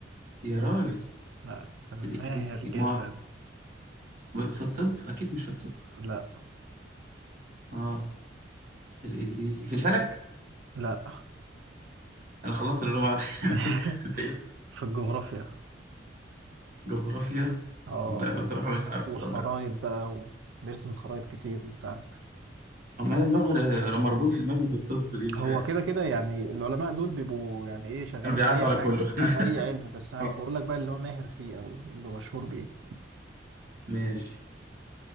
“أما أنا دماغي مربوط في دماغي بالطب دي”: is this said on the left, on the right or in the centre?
Right